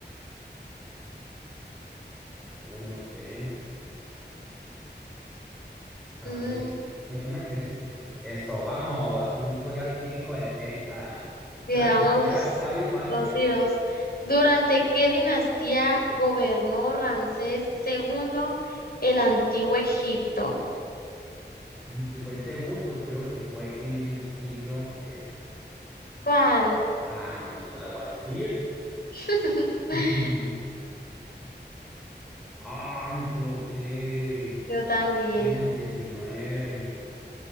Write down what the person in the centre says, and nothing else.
Uy, no sé. A
ver, me suena que es este. Eso, vamos, un collar típico de Celta.
¿Te la sabías? Estaba bien fácil.
Mm, Si fue el segundo, creo que fue en el siglo este.
Ah, no, no te la voy a decir.
<laughs> Ah, me equivoqué.
En el 19.